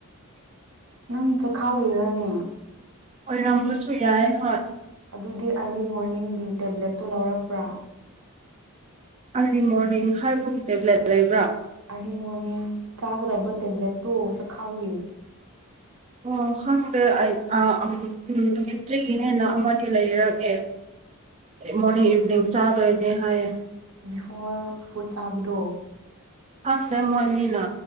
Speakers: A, on the right; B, on the right.
A: ꯅꯪ ꯆꯈꯥꯎꯒꯤꯔꯅꯦ
B: ꯑꯣꯏꯔꯝꯕꯁꯨ ꯌꯥꯏ ꯍꯣꯏ
A: ꯑꯗꯨꯗꯤ ꯑꯥꯔꯂꯤ ꯃꯣꯔꯅꯤꯡꯒꯤ ꯇꯦꯕ꯭ꯂꯦꯠꯇꯣ ꯂꯧꯔꯛꯄ꯭ꯔꯥ
B: ꯑꯥꯔꯂꯤ ꯃꯣꯔꯅꯤꯡ ꯍꯥꯏꯕꯒꯤ ꯇꯦꯕ꯭ꯂꯦꯠ ꯂꯩꯕ꯭ꯔꯥ
A: ꯑꯗꯤꯉꯣꯅꯦ ꯆꯥꯥꯕ ꯂꯣꯢꯕ ꯇꯦꯕ꯭ꯂꯠ ꯇꯨ ꯆꯈꯥꯎꯒꯤ
B: ꯑꯣ ꯈꯪꯗꯦ ꯑꯩ ꯍꯤꯁꯇ꯭ꯔꯤꯒꯤꯅꯦꯟꯅ ꯑꯃꯗꯤ ꯂꯩꯔꯛꯑꯦ ꯃꯣꯔꯅꯤꯡ ꯏꯚꯤꯅꯤꯡ ꯆꯥꯗꯣꯏꯅꯦ ꯍꯥꯏꯌꯦ
A: ꯕꯤꯐꯣꯔ ꯐꯨꯗ ꯆꯥꯕꯗꯣ
B: ꯈꯪꯗꯦ ꯃꯣꯏ ꯑꯅꯤꯅ